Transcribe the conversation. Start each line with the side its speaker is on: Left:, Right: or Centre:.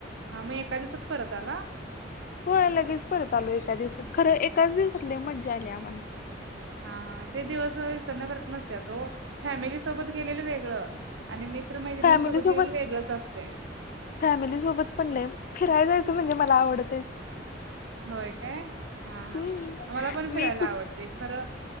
Right: हा मग एका दिवसात परत आला
Left: हो लगेच परत आलो एका दिवसात खरं एकाच दिवसात लय मज्जा आली आम्हाला.
Right: हा हा ते दिवस विसरण्यासारख नसत्यात ओ फॅमिलीच सोबत गेलेलं वेगळं आणि मित्र मैत्रिणींसोबत
Left: फॅमिली सोबत
Right: गेलेलं वेगळंच असतय.
Left: फॅमिली सोबत पण लई फिरायला ते म्हणजे मला आवडते
Right: होय काय हा हा
Left: हम्म
Right: आम्हाला पण फिरायला
Left: मी कुठ
Right: आवडते. खरं,